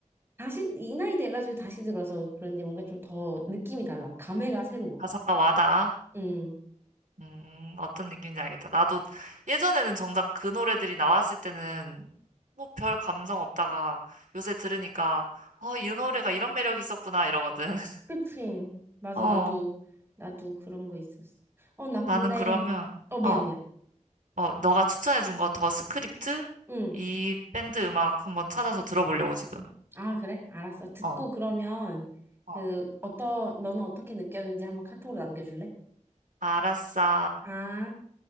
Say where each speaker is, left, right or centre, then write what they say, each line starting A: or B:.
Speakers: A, on the right; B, on the right.
A: 다시, 이 나이 돼가지고 다시 들어서 그런지 뭔가 좀 더 느낌이 달라. 감회가 새로워.
B: 가사가 와닿아.
A: 음.
B: 음, 어떤 느낌인지 알겠다. 나도 예전에는 정작 그 노래들이 나왔을 때는 뭐 별 감성 없다가 요새 들으니까, 어, 이 노래가 이런 매력이 있었구나 이러거든. <laughs>
A: 풀프림. 맞아,
B: 어,
A: 나도, 나도 그런 거 있었어. 어, 나 근데,
B: 나는 그러면,
A: 어, 미안,
B: 어,
A: 미안.
B: 어, 너가 추천해준 거 더 스크립트?
A: 응.
B: 이 밴드 음악 한번 찾아서 들어보려고 지금.
A: 아, 그래? 알았어. 듣고
B: 어,
A: 그러면,
B: 어,
A: 그, 어떤, 너는 어떻게 느꼈는지 한번 카톡으로 남겨줄래?
B: 알았어.
A: 아.